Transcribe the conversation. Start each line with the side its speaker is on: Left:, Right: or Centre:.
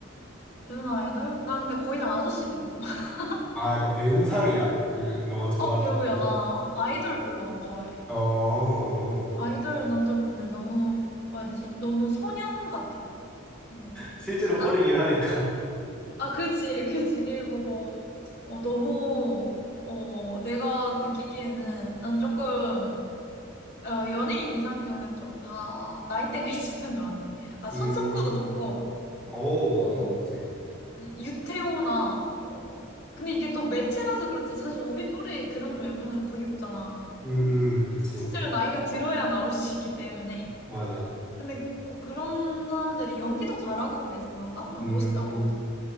Left: 배우나 아이돌? 나 근데 거의 다 아저씨들이었어. <laughs>
Centre: 아, 약간 배우상이야? 그 너가 좋아하는
Left: 어, 배우야.
Centre: 느낌이?
Left: 나 아이돌 별로 안 좋아해.
Centre: 어, 어.
Left: 아이돌 남자분들 너무, 뭐라 해야 되지? 너무 소년 같아. 네.
Centre: 실제로
Left: 아,
Centre: 어리긴 하니까.
Left: 아, 아, 그치. <laughs> 그치. 그리고 뭐, 어, 너무, 어, 내가 느끼기에는 난 조금, 어, 연예인 이상형은 좀 다 나이대가 <laughs> 있었던 것 같아.
Centre: <laughs>
Left: 아, 손석구도
Centre: 음,
Left: 좋고,
Centre: 오,
Left: 뭐,
Centre: 그런 거 그치.
Left: 이- 유태오나 뭐 근데 이게 또 매체라서 그렇지 사실 우리 또래에 그런 외모는 거의 없잖아
Centre: 음, 음, 그치.
Left: 실제로 나이가 들어야 나올 수 있기 때문에
Centre: 맞아.
Left: 근데 어, 그런 사람들이 연기도 잘하고 그래서 그런가? 좀
Centre: 음,
Left: 멋있다고